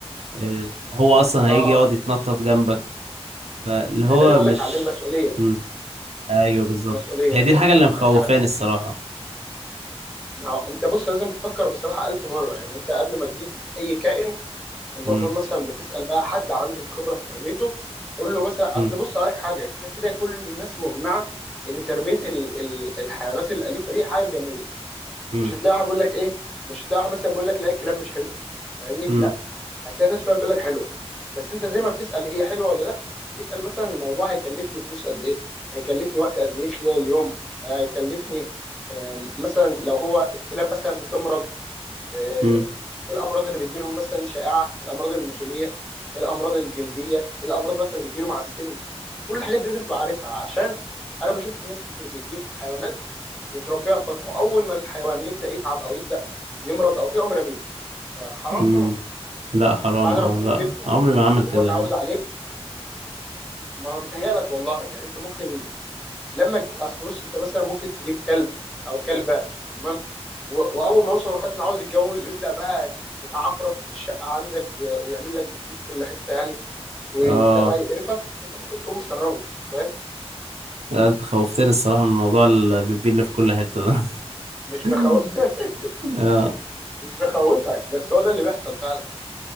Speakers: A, on the right; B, in the centre.
A: آه، هو
B: بالظبط
A: اصلا هيجي يقعد يتنطط جنبك فاللي هو
B: ما ده اللي بقول
A: مش
B: لك عليه المسؤوليه
A: مم. ايوه بالظبط
B: المسؤوليه
A: هي
B: يعني
A: دي الحاجه اللي مخوفاني
B: احنا
A: الصراحه
B: ما هو انت بص لازم تفكر بصراحه ألف مره يعني انت قبل ما تجيب اي كائن المفروض
A: مم.
B: مثلا بتسال بقى حد عنده خبره في تربيته قول له مثلا
A: مم.
B: اصل بص عليك حاجه كده كده كل الناس مجمعه ان تربيه ال ال الحيوانات الاليفه دي حاجه جميله
A: مم.
B: مش هتلاقي واحد بيقول لك ايه مش هتلاقي واحد مثلا بيقول لك لا الكلاب مش حلوه فاهمني
A: مم.
B: لا هتلاقي الناس كلها بتقول لك حلوه بس انت زي ما بتسال هي حلوه ولا لا اسال مثلا الموضوع هيكلفني فلوس قد ايه هيكلفني وقت قد ايه خلال اليوم هيكلفني آم، مثلا لو هو الكلاب مثلا بتمرض آه،
A: مم.
B: ايه الامراض اللي بتجي لهم مثلا شائعه الامراض الموسميه الامراض الجلديه الامراض مثلا اللي بتجي له مع السن كل الحاجات دي لازم تبقى عارفها عشان انا بشوف ناس كتير بتجيب حيوانات وتربيها فتره اول ما الحيوان يبدا يتعب او يبدا يمرض او كده قوم رميه حرام
A: مم.
B: طبعا
A: لا حرام
B: انت بعد ما
A: اه
B: بتكون
A: لا
B: جبته
A: عمري ما اعمل
B: وهو
A: كده
B: اتعود
A: يعني
B: عليك ما هو بيتهيألك والله يعني انت ممكن لما تج- اصل بص انت مثلا ممكن تجيب كلب او كلبه تمام و- واول ما يوصل لمرحله انه عاوز يتجوز ويبدا بقى يتعفرت في الشقه عندك و- ويعمل لك بيبي في كل حته يعني ويبدا
A: اه
B: بقى يقرفك انت ممكن تقوم مسربه فاهم
A: لا، انت خوفتني الصراحه من موضوع البيبي اللي في كل حته ده
B: مش
A: <laughs>
B: بخوف <laughs>
A: اه
B: مش بخوفك بس هو ده اللي بيحصل فعلا